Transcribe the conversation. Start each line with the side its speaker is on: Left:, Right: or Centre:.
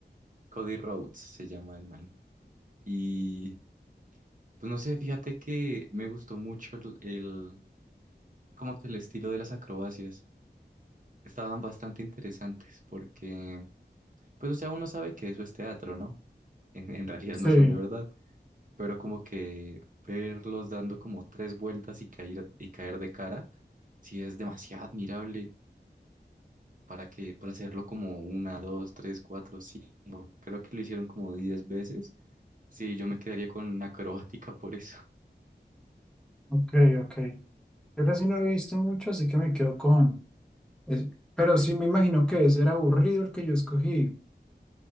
Right: Cody Rhodes, se llama el man. Y pues no sé, fíjate que me gustó mucho el, el- como que el estilo de las acrobacias. Estaban bastante interesantes porque Pues, o sea, uno sabe que eso es teatro, ¿no? En, en realidad
Centre: Sí,
Right: no son de verdad, pero como que verlos dando como tres vueltas y caer, y caer de cara, sí es demasiado admirable para que, para hacerlo como una, dos, tres, cuatro, cinco, creo que lo hicieron como diez veces. Sí, yo me quedaría con una acrobática por eso.
Centre: ok, ok. Yo casi no he visto mucho, así que me quedo con... es- pero sí me imagino que ese era aburrido el que yo escogí.